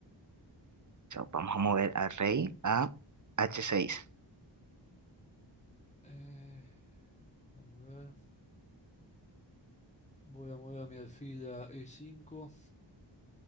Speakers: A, on the right; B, on the left.
A: Entonces, vamos a mover al rey a h seis
B: Eh, déjame ver. Voy a mover a mi alfil a E5.